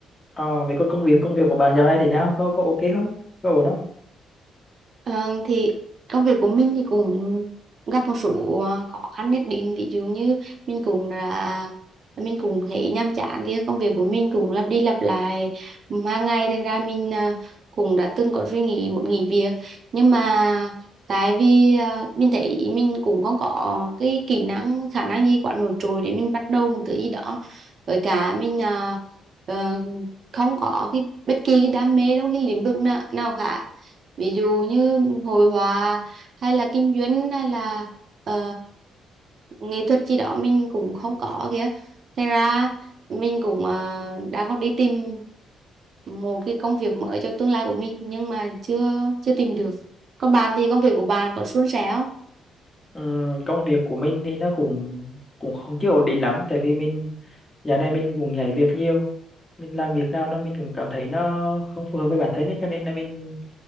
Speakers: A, on the left; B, on the right.
A: ờ, vậy còn công việc công việc của bạn dạo này thế nào có có ok không có ổn không
B: Ờ, thì công việc của mình thì cũng gặp một số ờ, khó khăn nhất định ví dụ như mình cũng là mình cũng thấy nhàm chán thì công việc của mình cũng lặp đi lặp lại hàng ngày thành ra mình ờ, cũng đã từng có suy nghĩ muốn nghỉ việc nhưng mà tại vì ờ, mình thấy mình cũng không có cái kỹ năng khả năng gì quá nổi trội để mình bắt đầu một thứ gì đó với cả mình ờ, ờ, không có cái bất kỳ cái đam mê trong cái lĩnh vực nào, nào khác ví dụ như hội họa hay là kinh doanh hay là ờ, nghệ thuật gì đó mình cũng không có kìa thế ra mình cũng ờ, đã có đi tìm một cái công việc mới cho tương lai của mình nhưng mà chưa chưa tìm được còn bạn thì công việc của bạn có suôn sẻ không
A: Ừm, công việc của mình thì nó cũng cũng không chưa ổn định lắm tại vì mình dạo này mình cũng nhảy việc nhiều mình làm việc nào nó mình cũng cảm thấy nó không phù hợp với bản thân ấy, cho nên là mình